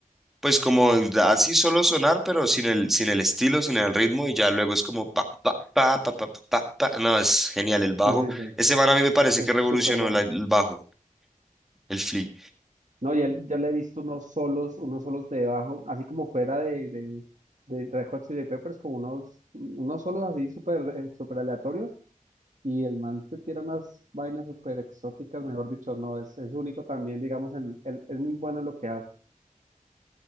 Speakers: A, in the centre; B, on the right.
A: pues como así solo sonar, pero sin el, sin el estilo, sin el ritmo y ya luego es como pa, pa, pa, pa, pa, pa, pa, pa. No, es genial el bajo.
B: Sí, sí, sí,
A: Ese man a mí me parece
B: es
A: que revolucionó
B: súper bueno.
A: la- el bajo, el flea.
B: No, y él- yo le he visto unos solos, unos solos de bajo, así como fuera de, de, de Red Hot Chili Peppers, como unos, unos solos así súper eh, súper aleatorios, y el man se tira unas vainas súper exóticas, mejor dicho, no, es, es único también, digamos, en, en- es muy bueno en lo que hace.